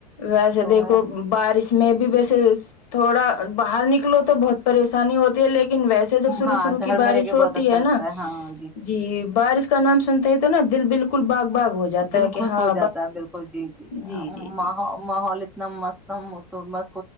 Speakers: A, on the left; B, in the centre.
A: ویسے
B: تو
A: دیکھو بارش میں بھی وس تھوڑا باہر نکلو تو بہت پریشانی ہوتی ہے لیکن ن ویسے جب شروع
B: ہاں
A: شرو
B: گھر
A: کی
B: میں
A: بارش
B: رہ کے بہت
A: ہوتی
B: اچھا
A: ہے
B: لگتا
A: نا
B: ہاں
A: جی بارش کا نام سنتے ہی تو نا دل بالکل باگ باغ ہو جاتا
B: دل
A: ہے
B: خوش
A: کہ ہاں
B: ہو جاتا بالکل جی جیح
A: جی جی جی
B: ماح اتم مست تو م